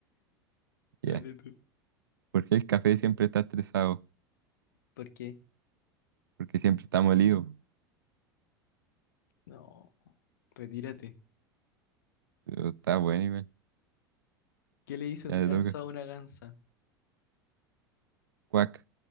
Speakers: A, on the right; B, on the left.
A: Ya.
B: Dale tú.
A: ¿Por qué el café siempre está estresado?
B: ¿Por qué?
A: Porque siempre está molido.
B: No. Retírate.
A: Pero Está bueno, igual.
B: ¿Qué le hizo
A: Ya
B: un ganso
A: le toca.
B: a una gansa?
A: Cuac.